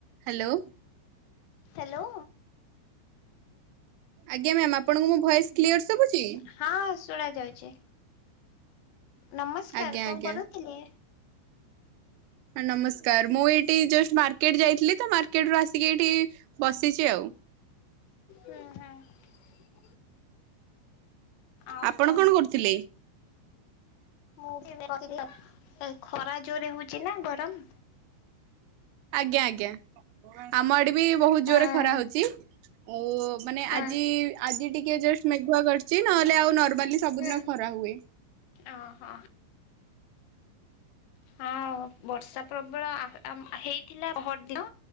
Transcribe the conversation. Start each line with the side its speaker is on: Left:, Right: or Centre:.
Right: Hello.
Left: Hello.
Right: ଆଜ୍ଞା ma'am ଆପଣଙ୍କୁ ମୋ ଭଏସ କ୍ଲିୟର ସୁଭୁଚି?
Left: ହଁ, ଶୁଣା ଯାଉଚି ନମସ୍କାର
Right: ଆଜ୍ଞା
Left: କଣ
Right: ଆଜ୍ଞା
Left: କରୁଥିଲେ?
Right: ନମସ୍କାର ମୁଁ ଏଇଠି ଜଷ୍ଟ ମାର୍କେଟ ଯାଇଥିଲି ତ ମାର୍କେଟ ରୁ ଆସିକି ଏଇଠି ବସିଚି ଆଉ।
Left: ହୁଁ ହୁଁ। ଆଉ
Right: ଆପଣ କଣ କରୁଥିଲେ?
Left: କୁହ? ମୁଁ ବି ବସି, ଏଇ ଖରା ଜୋରରେ ହଉଚି ନା ଗରମ?
Right: ଆଜ୍ଞା। ଆଜ୍ଞା। ଆମ ଆଡେ ବି ବହୁତ
Left: ହଁ
Right: ଜୋରେ ଖରା ହଉଚି। ଆଉ ମାନେ
Left: ହଁ।
Right: ଆଜି ଆଜି ଟିକେ ଜଷ୍ଟ ମେଘୁଆ କରିଚି ନହେଲେ ଆଉ ନର୍ମାଲି ସବୁଦିନ
Left: ହୁଁ
Right: ଖରା ହୁଏ।
Left: ଓହୋ। ହଁ, ବର୍ଷା ପ୍ରବଳ ଆ ଆ ହେଇଥିଲା ପହରଦିନ।